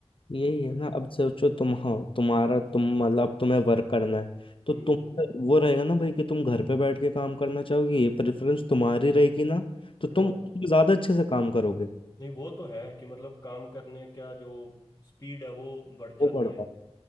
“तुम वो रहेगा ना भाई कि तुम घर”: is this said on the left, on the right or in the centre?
Left